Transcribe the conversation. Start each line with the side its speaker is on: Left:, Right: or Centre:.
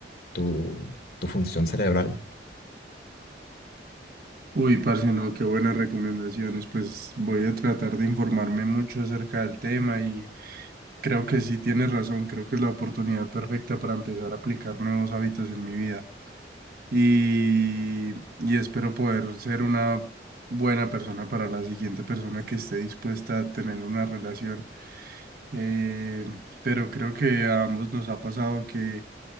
Left: tu, tu función cerebral.
Right: Uy, parce, no, qué buenas recomendaciones. Pues voy a tratar de informarme mucho acerca del tema y creo que sí tienes razón, creo que es la oportunidad perfecta para empezar a aplicar nuevos hábitos en mi vida. y, y espero poder ser una buena persona para la siguiente persona que esté dispuesta a tener una relación. Eh, pero creo que a ambos nos ha pasado que,